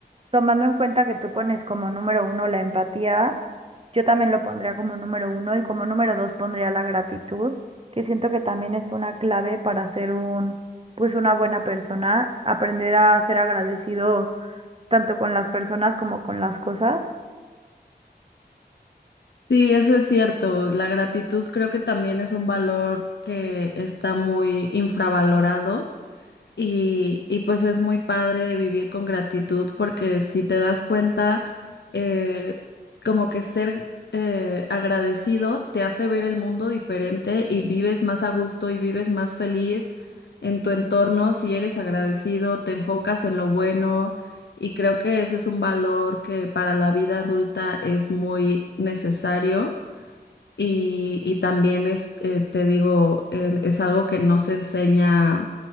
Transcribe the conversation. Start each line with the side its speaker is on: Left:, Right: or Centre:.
Right: tomando en cuenta que tú pones como número uno la empatía, yo también lo pondría como número uno y como número dos pondría la gratitud, que siento que también es una clave para ser un, pues una buena persona, aprender a ser agradecido tanto con las personas como con las cosas.
Left: Sí, eso es cierto. La gratitud creo que también es un valor que está muy infravalorado. Y, y pues es muy padre vivir con gratitud porque si te das cuenta, eh, como que ser eh, agradecido te hace ver el mundo diferente y vives más a gusto y vives más feliz en tu entorno si eres agradecido, te enfocas en lo bueno y creo que ese es un valor que para la vida adulta es muy necesario y, y también es, eh, te digo, eh, es algo que no se enseña